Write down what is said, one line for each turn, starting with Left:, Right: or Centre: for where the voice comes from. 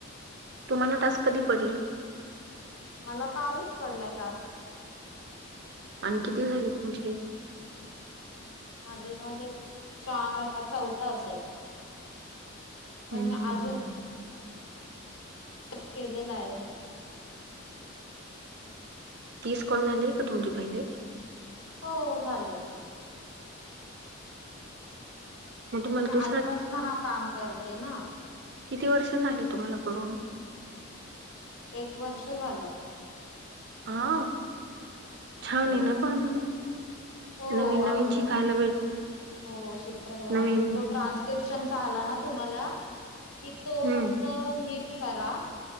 Right: तुम्हाला टास्क कधी पडले?
Left: मला कालच पडलायं टास्क.
Right: आणि किती झालेत तुमचे?
Left: माझे झालेत चार हा चौथा असेल.
Right: हम्म
Left: पण मी अजून
Right: हम्म.
Left: केलेलं आहे.
Right: तीस कॉल झाले का तुमचे पहिले?
Left: हो झाले.
Right: मग
Left: म्हणजे
Right: तुम्हाला
Left: मी
Right: दुसरा
Left: आधीपासनं हा काम करते ना.
Right: किती वर्ष झाले तुम्हाला करून?
Left: एक वर्ष झालं.
Right: हा छान
Left: हो
Right: हे ना पण.
Left: हो
Right: नवीन नवीन
Left: आपल्याला
Right: शिकायला भेट
Left: हो शिकायला
Right: नवीन
Left: अजून तो ट्रान्स? क्रिप्शनचा आला ना तुम्हाला कि तो
Right: हम्म
Left: फक्त नीट करा.